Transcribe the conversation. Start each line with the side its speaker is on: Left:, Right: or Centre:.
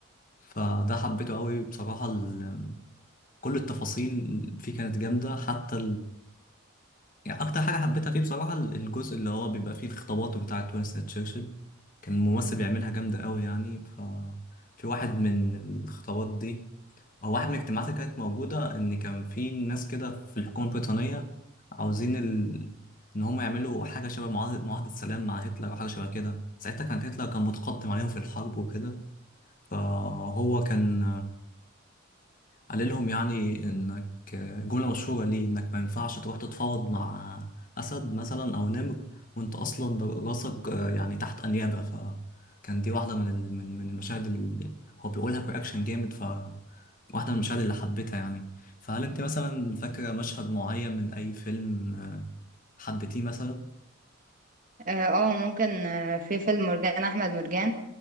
Left: فده حبيته قوي بصراحه ال... كل التفاصيل فيه كانت جامده حتى يعني اكتر حاجه حبيتها فيه بصراحه الجزء اللي هو بيبقى فيه الخطابات بتاعه وينستون تشرشل كان ممثل بيعملها جامده قوي يعني ف في واحد من الخطابات دي او واحد من الاجتماعات اللي كانت موجوده ان كان في ناس كده في الحكومه البريطانيه عاوزين ال... ان هم يعملوا حاجه شبه معاهده معاهده سلام مع هتلر او حاجه شبه كده ساعتها كان هتلر كان متقدم عليهم في الحرب وكده فهو كان قال لهم يعني انك جملة مشهورة ليه انك ما ينفعش تروح تتفاوض مع اسد مثلا او نمر وانت اصلا راسك آه، يعني تحت انيابة فكان دي واحدة من ال- من من المشاهد اللي هو بيقولها برياكشن جامد ف واحدة من المشاهد اللي حبيتها يعني فهل انت مثلا فاكرة مشهد معين من اي فيلم آه، حبيتيه مثلا؟
Right: اه آه، ممكن آه، في فيلم مرجان احمد مرجان